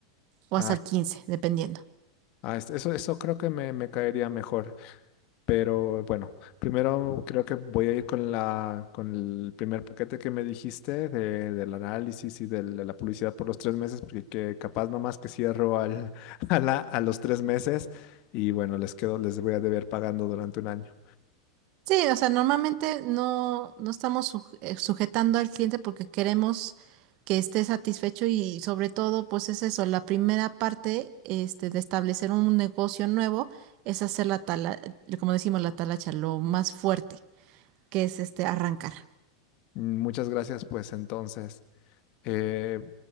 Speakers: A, on the right; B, on the left.
A: o
B: Ah,
A: hasta el 15%, dependiendo.
B: ah, es- eso, eso creo que me, me caería mejor. Pero bueno, primero creo que voy a ir con la, con el primer paquete que me dijiste de- del análisis y del- de la publicidad por los tres meses, porque que capaz nomás que cierro al, <laughs> a la- a los tres meses y bueno, les quedo, les voy a deber pagando durante un año.
A: Sí, o sea, normalmente no, no estamos suj- eh, sujetando al cliente porque queremos que esté satisfecho y sobre todo, pues es eso, la primera parte este, de establecer un negocio nuevo es hacer la tala, como decimos, la talacha, lo más fuerte, que es este arrancar.
B: Mm, Muchas gracias, pues entonces. Eh,